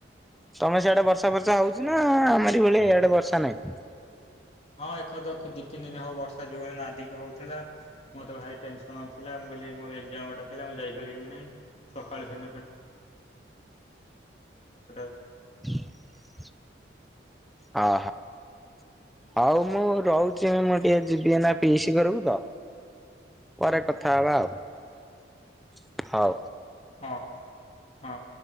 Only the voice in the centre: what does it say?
ତମେ ସେଆଡେ ବର୍ଷା ବର୍ଷା ହଉଛି ନା ଆମରି ଭଳିଆ ଏଇଆଡେ ବର୍ଷା ନାହିଁ
<inaudible> ଅହୋ ହଉ ମୁଁ ରହୁଛି। ମୁଁ ଟିକେ ଯିବି ଏଇନା ପିଇସି ଘରକୁ ତ ପରେ କଥା ହବା ଆଉ। ହଉ।